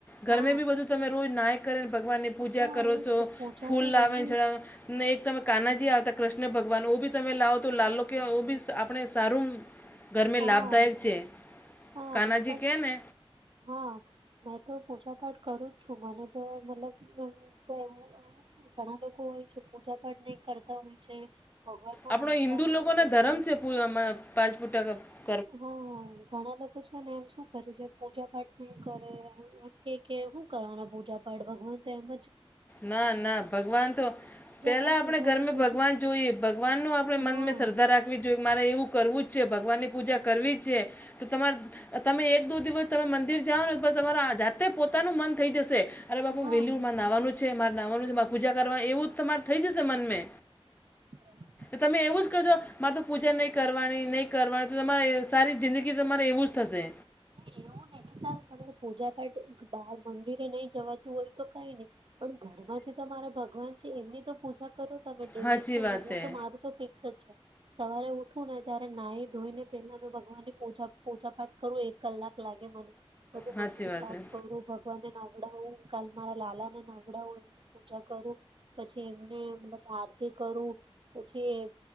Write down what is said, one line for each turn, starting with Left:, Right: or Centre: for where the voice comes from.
Left: ઘરમે
Right: હા
Left: બી બધું તમે રોજ ના કરેને ભગવાનની પૂજા
Right: હા
Left: કરો
Right: એજ
Left: છો
Right: તો પૂજા
Left: ફૂલ
Right: તો ડેલી
Left: લાવે ચડાવે ને એક તમે કાનાજી આવતા કૃષ્ણ ભગવાન બી તમે લાવો તો લાલ લો કેય બી આપણે સ સારું ઘરમે
Right: હા
Left: લાભદાયક છે
Right: હા
Left: કાનાજી
Right: હું પણ
Left: કહે ને
Right: હા મેં તો પૂજા પાઠ કરું જ છું મને તો મતલબ કઈ ઘણા લોકો હોય છે પૂજા પાઠ નહી કરતા હોય છે. ભગવાન ના
Left: આપણો
Right: માનતા
Left: હિન્દુ
Right: ના
Left: લોકોનો
Right: હો
Left: ધર્મ
Right: છે
Left: પૂ-
Right: હ
Left: પાંચ ફુટ ટ ક
Right: હા ઘણા લોક પછનેમ શું કરે છે પૂજા પાઠ નહી કરે એમ કે શું કરવાના પૂજા પાડ ભગવંત તેમજ
Left: ના ના ભગવાન તો પેલા
Right: પાઠ
Left: આપણે
Right: ભગવાનને
Left: ઘરમાં
Right: પૂજ
Left: ભગવાન જોઈએ ભગવાન ન આપણે મન
Right: હા
Left: શ્રદ્ધા રાખ જો મારે એવું કરવું જ છે ભગવાનની પૂજા કરવી છે તો તમારે તમે એક દો દિવસ તમે મંદિર જાઓ ને તમારા જાતે પોતાનું મન થઈ જશે અરે બાપુ
Right: હા
Left: વેલું માર નાવાનું છે મારે નાવાનું છે. પૂજા કરવા એવું તમારે થઈ જશે મનમે
Right: હા.
Left: તમે એવું જ કરજો મારે તો પૂજા નહીં કરવાની નહીં કરવાની તો તમારે સારી જિંદગી તમારે એવું જ થશે
Right: ન એવું નહીિ કે ચાલ તને પૂજા પાઠ મંદિરે નહી જવાતું હોય તો કઈ નહી પણ ઘરમાં જે તમારે ભગવાન છે એમની તો પૂજા કરો તમે ડેલી
Left: સાચી
Right: છે ને
Left: વાત
Right: હું
Left: હે
Right: તો મારું તો ફિક્સ જ છે સવારે ઉઠું ને ત્યારે નાહી ધોઈ ને પેલા તો ભગવાનની પૂજા પાઠ કરું એક કલાક લાગે મને બધું
Left: સાચી
Right: મંદિર
Left: વાત
Right: સાફ
Left: હે
Right: કરું ભગવાનને નવડાવું કાલ મારા લાલા ને નવડાવું એ પૂજા કરું પછી એમને મલબ આરતી કરું પછી